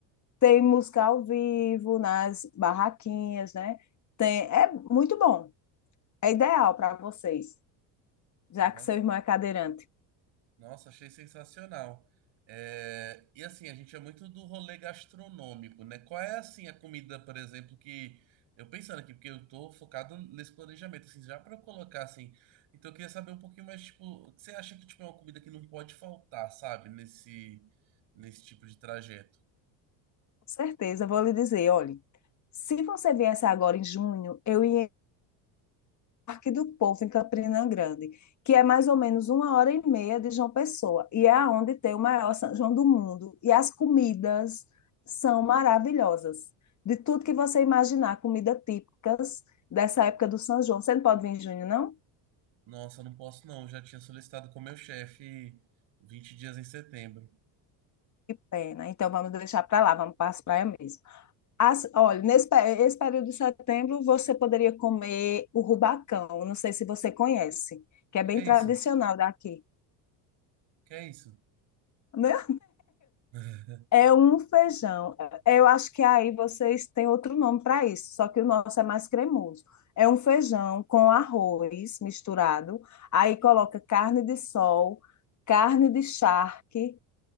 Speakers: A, on the left; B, on the right.
A: tem música ao vivo nas barraquinhas, né? Tem, é muito bom. É ideal para vocês, já
B: Nossa.
A: que seu irmão é cadeirante.
B: Nossa, achei sensacional. É, e assim, a gente é muito do rolê gastronômico, né? Qual é assim a comida, por exemplo, que eu pensando aqui, porque eu tô focado nesse planejamento, assim, já para eu colocar assim. Então eu queria saber um pouquinho mais, tipo, o que você acha que tipo é uma comida que não pode faltar, sabe, nesse nesse tipo de trajeto?
A: Com certeza, eu vou lhe dizer, olhe, se você viesse agora em junho, eu ia Parque do Povo, em Campina Grande, que é mais ou menos uma hora e meia de João Pessoa, e é onde tem o maior São João do mundo. E as comidas são maravilhosas. De tudo que você imaginar, comida típicas dessa época do São João. Você não pode vir em junho, não?
B: Nossa, não posso não, eu já tinha solicitado com meu chefe 20 dias em setembro.
A: Pena. Então vamos deixar para lá, vamos para as praias mesmo. As, olha, nesse esse período de setembro você poderia comer o rubacão, não sei se você conhece, que
B: O que
A: é bem
B: é
A: tradicional
B: isso?
A: daqui.
B: O que é isso?
A: <laughs> Meu
B: <laughs>
A: É um feijão. Eu acho que aí vocês têm outro nome para isso, só que o nosso é mais cremoso. É um feijão com arroz misturado, aí coloca carne de sol, carne de charque,